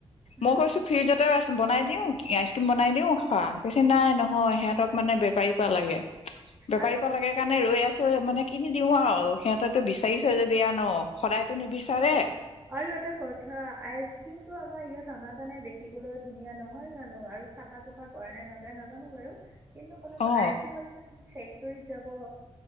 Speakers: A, on the right; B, on the left.
A: উম।
B: মই কৈছোঁ ফিউজত তৰ আইচক্ৰিম বনাই দিওঁ, কি আইচক্ৰীম বনাই দিও খোৱা, কৈছে নাই নহয় সিহঁতক মানে বেপাৰীৰপা লাগে। বেপাৰীৰপা
A: আৰু
B: লাগে কাৰণে ৰৈ আছোঁ। মানে কিনি দিও আৰু সিহঁতে তটো বিচাৰিছে যদি এয়া ন' সদায়তো নিবিচাৰে
A: আৰু এটা কথা আইচক্ৰিমটো আমাৰ ইয়াত অনাৰ কাৰণে দেখিবলৈ ধুনীয়া নহয় জানো আৰু চাফা চুফা কৰেনে নকৰে নাজানো বাৰু কিন্তু কথাটো
B: অ
A: আইচক্ৰীমৰ যাতে চে ফেক্টৰীত যাব,